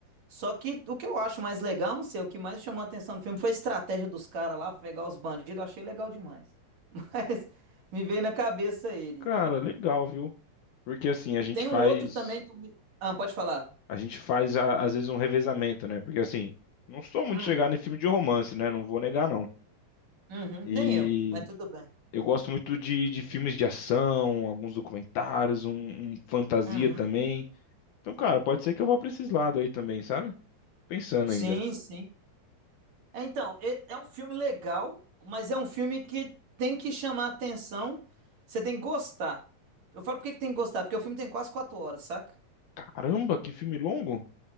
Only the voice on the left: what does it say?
Cara, legal, viu? Porque assim, a gente
faz.
A gente faz, a- às vezes, um revezamento, né? Porque assim, não sou muito
chegado em filme de romance, né? Não vou negar, não.
E
eu gosto muito de, de filmes de ação, alguns documentários, um, um fantasia
também. Então, cara, pode ser que eu vá pra esses lados aí também, sabe? Tô pensando
ainda.
Caramba, que filme longo?